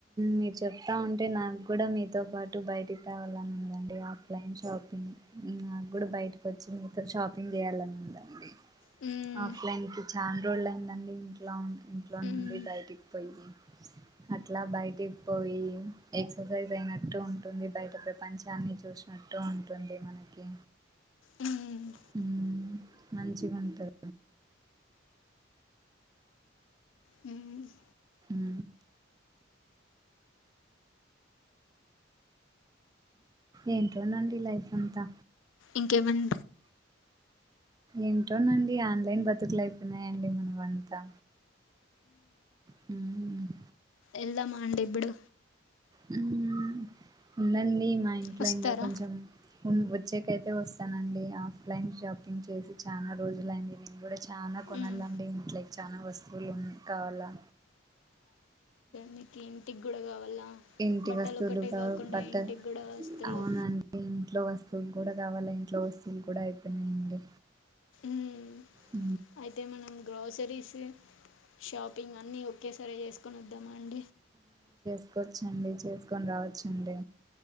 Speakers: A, on the right (about 20°); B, on the left (about 75°).
A: మీరు చెప్తా ఉంటే నాకు కూడా మీతో పాటు బయటికి పోవాలనుంది అంటే ఆన్లైన్ షాపింగ్ నాకు కూడ బయటకి వచ్చి మీతో షాపింగ్ చేయాలని ఉందండి
B: మ్మ్.
A: ఆఫ్లైన్ కి చా రోల్ అయిందండి ఇంట్లో ఇంట్లో
B: మ్మ్.
A: నుండి బయటికి పోయి అ ఎట్లా బయటికి పోయి ఎ ఎక్సర్సైజ్ అయినట్టు ఉంటుంది బయట ప్రపంచాన్ని చూసినట్టు ఉంటుంది మనకి
B: మ్మ్.
A: హుమ్ మంచిగుంటది
B: హుమ్
A: ఉ ఏంటోనండి లైఫ్ అంతా
B: ఇంకేమన్
A: ఏంటోనండి ఆన్లైన్ బతుకలు అయిపోయినాయండి మనవంతా హుమ్
B: ఎళ్దామా అండి ఇప్పుడు
A: హుమ్ ఉందండి మ ఇంట్లో
B: వస్తారా
A: ఇంగ కొంచెం ఉన్ వచ్చేకైతే వస్తానండి ఆఫ్లైన్ షాపింగ్ చేసి చానా రోజులయింది నేను కూడా చాల కొనాలండి
B: మ్మ్.
A: ఇంట్లోకి చనా వస్తువులు కావలా
B: నీకు ఏంటికి కూడా కావాలా
A: ఇంటి
B: బట్టలు
A: వస్తువులు
B: ఒకటే
A: కా
B: కాకుండా
A: బట్ట
B: ఇంటికి కూడా వస్తువులు
A: అవునండి ఇంట్లో వస్తువులు కూడా కావాలా ఇంట్లో వస్తువులు కూడా అయిపోయినాయండి
B: మ్మ్.
A: ఉ
B: అయితే మనం గ్రోసరీస్ షాపింగ్ అన్ని ఒకేసర చేసుకు కునుూద్ద మండ
A: తీసుకొచ్చండి చేసుకొని రావచ్చండి